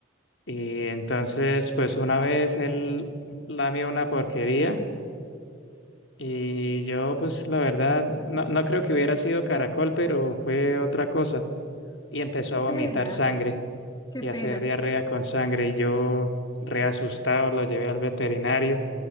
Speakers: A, on the left (about 65°); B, on the left (about 20°).
A: Y entonces, pues una vez él lamió una porquería y yo, pues la verdad, no, no creo que hubiera sido caracol, pero fue otra cosa. Y empezó
B: Qué
A: a
B: pena,
A: vomitar sangre
B: qué
A: y
B: pena.
A: a hacer diarrea con sangre. Y yo, reasustado, lo llevé al veterinario